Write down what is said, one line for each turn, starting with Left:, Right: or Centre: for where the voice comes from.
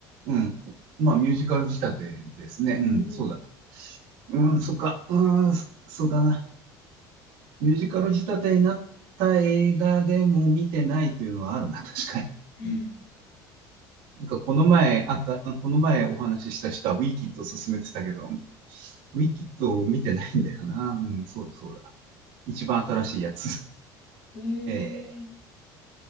Right: うん。まあ、ミュージカル仕立てですね。
Left: うんうん。
Right: うん、そうだ。うん、そっか、うん、そ、そうだな。ミュージカル仕立てになった映画でも見てないというのはあるな、<laughs> 確かに。
Left: うん。
Right: うん。なんか、この前あった、あこの前お話しした人はウィキッドを勧めてたけど、ウィキッドを見てないんだよな。うん、そうだ、そうだ。一番新しいやつ。<laughs>
Left: へ
Right: ええ。
Left: え。う